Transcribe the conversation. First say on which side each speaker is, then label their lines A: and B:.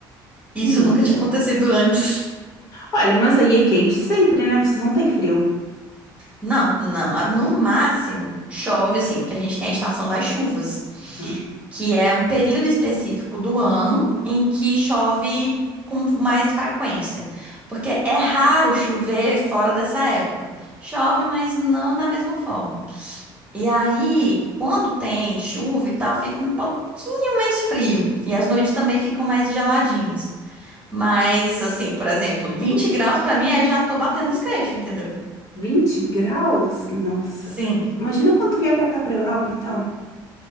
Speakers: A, on the right; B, on the left.
A: Isso
B: Nossa.
A: nunca tinha acontecido antes.
B: Olha, mas aí é quente sempre, né? Vocês não têm frio.
A: Não, não. ah, No máximo, chove assim, porque a gente tem a estação das chuvas,
B: Uhum.
A: que é um período específico do ano em que chove com mais frequência. Porque é raro chover fora dessa época. Chove, mas não da mesma forma. E aí, quando tem chuva e tal, fica um pouquinho mais frio. E as noites também ficam mais geladinhas. Mas, assim, por exemplo, 20 graus pra mim é já tô batendo os queixos, entendeu?
B: 20 graus? Nossa.
A: Sim,
B: Imagina quando tu vier pra cá, pra Europa, então.